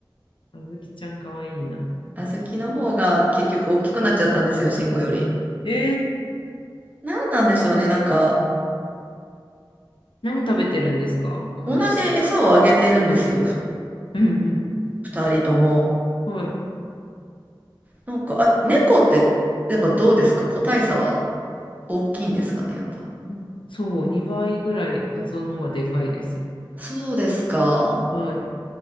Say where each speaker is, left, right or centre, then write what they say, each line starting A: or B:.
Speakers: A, on the left; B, on the right.
A: あずきちゃんかわいいな。
B: 小豆の方が結局大きくなっちゃったんですよ、慎吾より。
A: え
B: なんなんでしょうね、なんか、
A: 何食べてるんですか、亀は。
B: 同じ餌をあげてるんですよ、ふ
A: うん
B: 二人とも。
A: うんはい。
B: なんか、あ、猫って、やっぱどうですか個体差は大きいんですかね、やっぱ。
A: うんそう、2倍ぐらいカツオの方がでかいです。
B: そうですか。
A: はい。